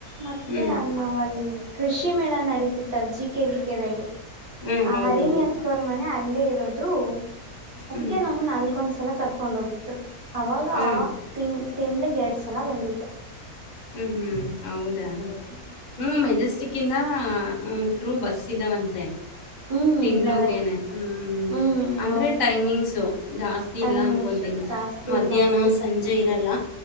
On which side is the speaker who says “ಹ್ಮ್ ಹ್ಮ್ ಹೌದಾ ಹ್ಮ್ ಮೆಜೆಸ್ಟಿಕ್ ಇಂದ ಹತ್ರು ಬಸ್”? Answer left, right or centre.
Left